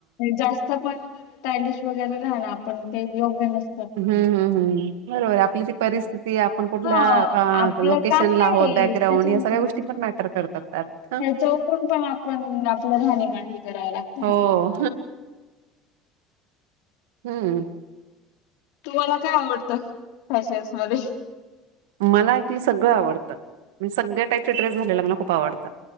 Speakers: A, on the left; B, on the right.
A: जास्त पण टायलिश वगैरे राहनार, पण ते योग्य नस
B: हम्म हम्म हम्म, बरोबर आपली ती परिस्थिती
A: ना.
B: आपण कुठल्या
A: हां, आपलं
B: अ लोक केशनला
A: काम काय
B: होत
A: आहे
B: बॅकग्रांउड
A: त्याच्यामुळे
B: या सगळ्या गोष्टी पण मॅटर करतात. त्यात हं.
A: त्याच्यावरून पण आपण आपलं राहणीमान हे कराव लागतं
B: हो
A: ना आपल्याला.
B: हम्म.
A: तुम्हाला काय आवडतं फॅशन्स मध्ये?
B: मला आयथिंक सगळं आवडतं, म्हणजे सगळ्या टाईपचे ड्रेस घालायला मला खूप आवडतं.